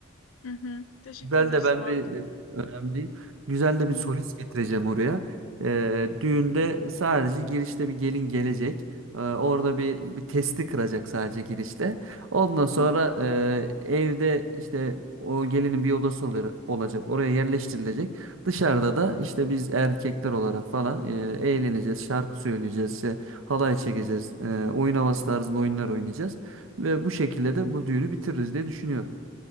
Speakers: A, on the left; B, on the right.
A: Hı hı. Teşekkür
B: Güzel
A: ederiz
B: de ben
A: bu arada.
B: bir e, önemli değil. Güzel de bir
A: Hı
B: solist
A: hı.
B: getireceğim oraya. E, düğünde sadece girişte bir gelin gelecek. E, orada bir, bir testi kıracak sadece girişte. Ondan sonra
A: Hı hı.
B: e, evde işte o gelinin bir odası olur- olacak. Oraya yerleştirilecek. Dışarıda da işte biz erkekler olarak falan e, eğleneceğiz. Şarkı söyleyeceğiz. işte halay çekeceğiz. E, oyun havası tarzında oyunlar oynayacağız. Ve bu şekilde de bu düğünü bitiririz diye düşünüyorum.